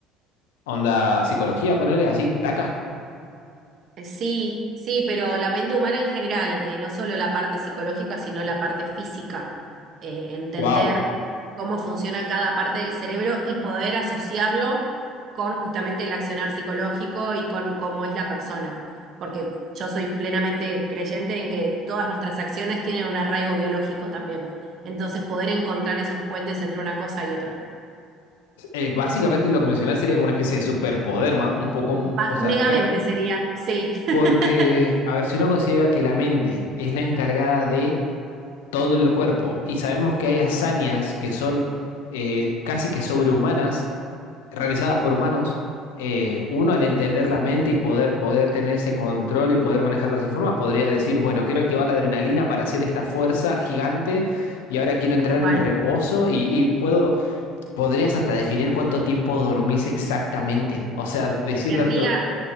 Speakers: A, on the left (about 85°); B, on the right (about 55°).
A: Onda, psicología, ponerle así, taca.
B: Eh, Sí, sí, pero la mente humana en general, eh, no solo la parte psicológica, sino la parte física, Eh, entender
A: Wow.
B: cómo funciona cada parte del cerebro y poder asociarlo con justamente el accionar psicológico y con cómo es la persona. Porque yo soy plenamente creyente en que todas nuestras acciones tienen un arraigo biológico también. Entonces, poder encontrar esos puentes entre una cosa y otra.
A: Eh, básicamente lo que mencionás sería como una especie de superpoder, ma- un poco,
B: Va-
A: o sea,
B: megamente
A: ca-
B: sería, sí, <laughs>
A: porque, a ver, si uno considera que la mente es la encargada de todo el cuerpo y sabemos que hay hazañas que son eh, casi que sobrehumanas, realizadas por humanos, eh, uno al entender la mente y poder, poder tener ese control y poder manejarla de esa forma, podría decir, bueno, quiero activar la adrenalina para hacer esta fuerza gigante y ahora quiero entrar
B: tal cual.
A: en reposo y, y puedo, podrías hasta definir cuánto tiempo dormís exactamente. O sea, decirle
B: Querría,
A: a tu...